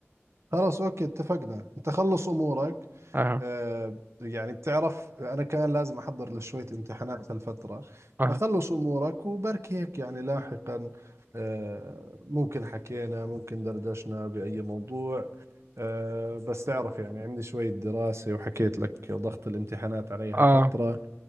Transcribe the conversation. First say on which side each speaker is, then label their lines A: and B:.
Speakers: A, on the right (about 70°); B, on the right (about 45°).
A: خلاص اوكي اتفقنا انت خلص امورك
B: اه
A: آه يعني بتعرف انا كان لازم احضر لشوية امتحانات هالفترة
B: اه
A: بخلص امورك وبركي هيك يعني لاحقا آه ممكن حكينا ممكن دردشنا بأي موضوع آه بس تعرف يعني عندي شوية دراسة وحكيت لك ضغط الامتحانات علي هالفترة
B: اه